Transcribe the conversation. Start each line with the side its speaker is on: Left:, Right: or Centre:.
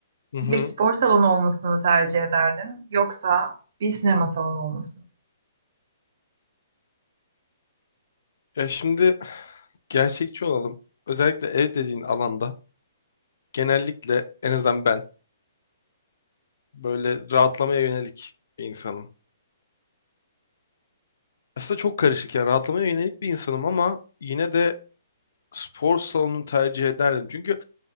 Left: Hı hı.
Right: Bir spor salonu olmasını mı tercih ederdin yoksa bir sinema salonu olmasını?
Left: Ya şimdi gerçekçi olalım. Özellikle ev dediğin alanda genellikle en azından ben böyle rahatlamaya yönelik bir insanım. Aslında çok karışık ya rahatlamaya yönelik bir insanım ama yine de spor salonunu tercih ederdim. Çünkü